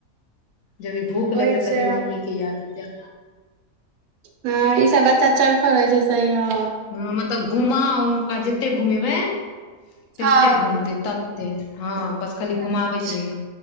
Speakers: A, on the left; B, on the right.
A: जभी भूख लगते
B: होइ छै
A: तभी मम्मी के याद एते।
B: हँ ई सब बच्चा चर फड़ होइछै सही ह।
A: हँ मतलब घुमाउ हुनका जते घुमेबै तते
B: हँ
A: घुमतै तत ते हँ बस खाली
B: हँ
A: घुमाबैत रहियऔ।